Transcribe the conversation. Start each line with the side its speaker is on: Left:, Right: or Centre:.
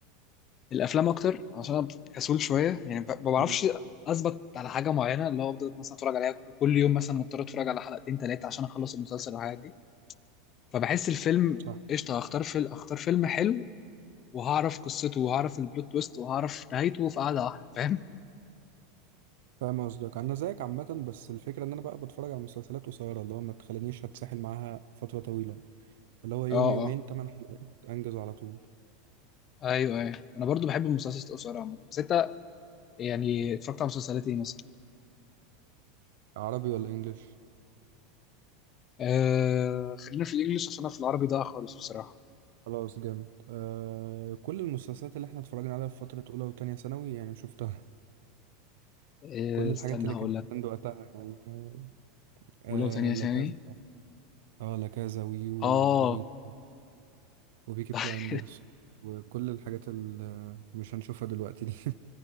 Left: الافلام اكتر عشان انا كسول شويه يعني ب- ما بعرفش
Right: مم.
Left: اثبت على حاجه معينه اللي هو افضل مثلا اتفرج عليها وكل يوم مثلا مضطر اتفرج على حلقتين ثلاثه عشان اخلص المسلسل والحاجات دي فبحس الفيلم
Right: صح
Left: قشطه هختار فيلم اختار فيلم حلو وهعرف قصته وهعرف البلوت تويست وهعرف نهايته في قعده واحده فاهم
Right: فاهم قصدك انا زيك عامه بس الفكره ان انا بقى بتفرج على مسلسلات قصيره اللي هو ما تخلينيش اتسحل معاها فتره طويله اللي هو يوم
Left: <laughs> اه
Right: يومين
Left: اه
Right: تمن حلقات انجز على طول
Left: ايوه ايوه انا برضو بحب المسلسلات القصيره عموما بس انت يعني اتفرجت على مسلسلات ايه مثلا
Right: عربي ولا انجليش
Left: آه خلينا في الانجليش عشان انا في العربي ضايع خالص بصراحه
Right: خلاص جامد آه كل المسلسلات اللي احنا اتفرجنا عليها في فتره اولى وتانية ثانوي يعني شفتها <laughs>
Left: آه
Right: كل الحاجات
Left: استنى
Right: اللي
Left: هقول
Right: كانت
Left: لك
Right: عند وقتها يعني آه آه،
Left: ولو تانية
Right: لا
Left: ثاني
Right: كذا اه لا كذا ويو
Left: اه
Right: وإليت وبيكي
Left: <laughs>
Right: بلايندرز وكل الحاجات اللي مش هنشوفها دلوقتي دي